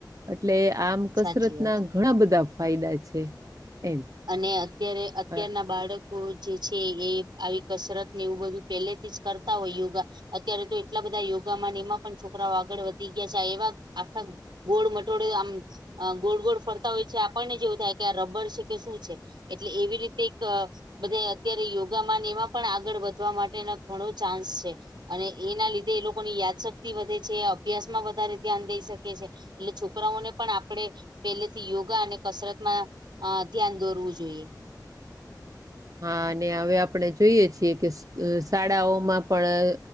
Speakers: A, on the right; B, on the right.
A: એટલે આમ કસરતના
B: સાચી વાત છે
A: ઘણા બધા ફાયદા છે. એમ
B: અને અત્યારે અત્યારના
A: અ
B: બાળક કો જે છે એ આવી કસરતને એવું બધું પહેલેથી જ કરતા હોય યોગા અત્યારે તો એટલા બધા યોગામાં ને એમાં પણ છોકરાઓ આગળ વધી ગયા છે આ એવા આખા ગોળ મટોડે આમ અ ગોળ-ગોળ ફરતાં હોય છે આપણને જ એવું થાય કે આ રબર છે ક કે શું છે એટલે એવી રીતે એક અ બધાય અત્યારે યોગામાં ને એમાં પણ આગળ વધવા માટેનો ઘણો ચાન્સ છે. અને એના લીધે એ લોકોની યાદશક્તિ વધે છે, અભ્યાસમાં વધારે ધ્યાન દઈ શકે છે. એટલે છોકરાઓને પણ આપણે પહેલેથી યોગા અને કસરતમાં અ ધ્યાન દોરવું જોઈએ.
A: હા અને હવે આપણે જોઈએ છીએ કે અ શાળાઓમાં પણ